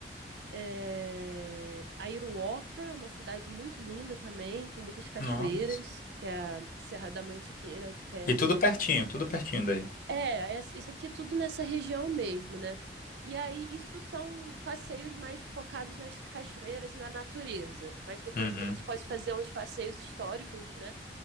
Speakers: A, on the right; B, on the left.
A: é, Airuoca, é uma cidade muito linda também, com muitas cachoeiras,
B: Nossa.
A: que é a Serra da Mantiqueira, aqui perto.
B: E tudo pertinho, tudo pertinho daí.
A: É, essa- isso aqui é tudo nessa região mesmo, né? E aí, isso são passeios mais focados nas cachoeiras e na natureza. Mas depois
B: Uhum.
A: a gente pode fazer uns passeios históricos, né?